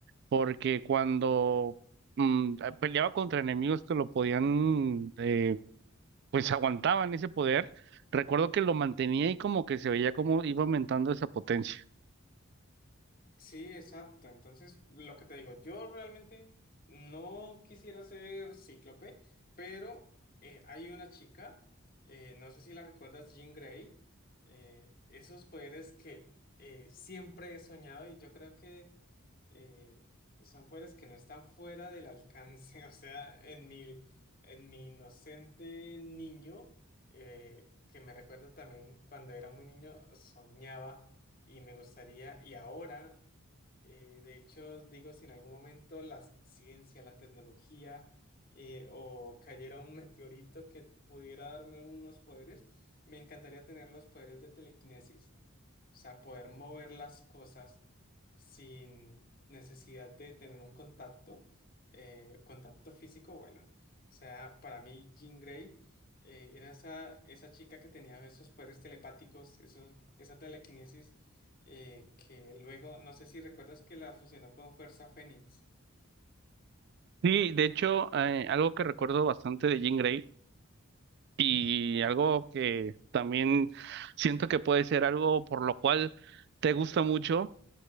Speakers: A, on the right; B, on the left.
A: porque cuando mm, ah, peleaba contra enemigos que lo podían, eh, pues aguantaban ese poder, recuerdo que lo mantenía y como que se veía como iba aumentando esa potencia.
B: Sí, exacto. Entonces, lo que te digo, yo realmente no quisiera ser cíclope, pero eh, hay una chica, eh, no sé si la recuerdas, Jean Grey, eh, esos poderes que eh, siempre he soñado y yo creo que eh, son poderes que no están fuera del alcance. <laughs> O sea, en mi, en mi inocente niño, eh, que me recuerdo también cuando era muy niño, soñaba y me gustaría, y ahora. Eh, de hecho, digo, si en algún momento la ciencia, la tecnología eh, o cayera un <laughs> meteorito que pudiera darme unos poderes, me encantaría tener los poderes de telequinesis. O sea, poder mover las cosas sin necesidad de tener un contacto, eh, contacto físico, bueno. O sea, para mí Jean Grey eh, era esa, esa chica que tenía esos poderes telepáticos, esos, esa telequinesis eh, que luego, no sé si recuerdas que la fusionó con Fuerza Fénix.
A: Sí, de hecho, eh, algo que recuerdo bastante de Jean Grey Y algo que también siento que puede ser algo por lo cual te gusta mucho.